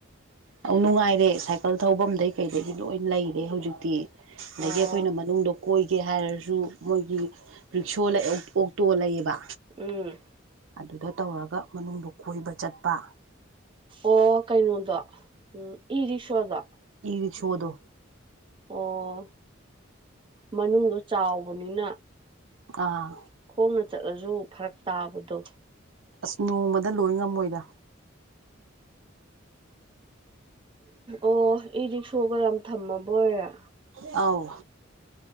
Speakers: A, on the right (about 70°); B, on the right (about 25°).
A: ꯑꯧ ꯅꯨꯡꯉꯥꯏꯔꯦ ꯁꯥꯏꯀꯜ ꯊꯧꯐꯝꯗꯩ ꯀꯩꯗꯒꯤ ꯂꯣꯏ ꯂꯩꯔꯦ ꯍꯧꯖꯤꯛꯇꯤ ꯑꯗꯒꯤ
B: ꯑꯣ
A: ꯑꯩꯈꯣꯏꯅ ꯃꯅꯨꯡꯗꯣ ꯑꯣꯏꯒꯦ ꯍꯥꯏꯔꯁꯨ ꯃꯣꯏꯒꯤ ꯔꯤꯛꯁꯣ ꯑꯣꯛꯇꯣ ꯂꯩꯌꯦꯕ
B: ꯎꯝ
A: ꯑꯗꯨꯗ ꯇꯧꯔꯒ ꯃꯅꯨꯡꯕꯨꯛ ꯀꯣꯏꯕ ꯆꯠꯄ
B: ꯑꯣ ꯀꯩꯅꯣꯗꫭ ꯏ ꯔꯤꯛꯁꯣꯗꫭ
A: ꯏ ꯔꯤꯁꯣꯗꯣ
B: ꯑꯣ ꯃꯅꯨꯡꯗꯣ ꯆꯥꯎꯕꯅꯤꯅ
A: ꯑꯥ
B: ꯈꯣꯡꯅ ꯆꯠꯂꯁꯨ ꯐꯔꯛ ꯇꯥꯕꯗꯣ
A: ꯑꯁ ꯅꯣꯡꯃꯗ ꯂꯣꯏ ꯉꯝꯃꯣꯏꯗ
B: ꯑꯣ ꯏ ꯔꯤꯛꯁꯣꯒ ꯌꯥꯝ ꯊꯝꯃꯕ ꯑꯣꯏꯔꯦ
A: ꯑꯥꯎ